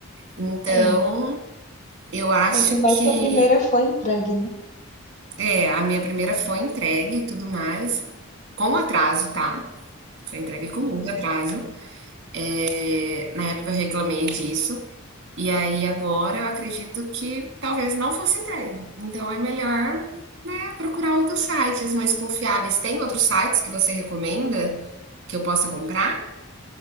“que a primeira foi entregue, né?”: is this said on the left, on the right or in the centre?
Left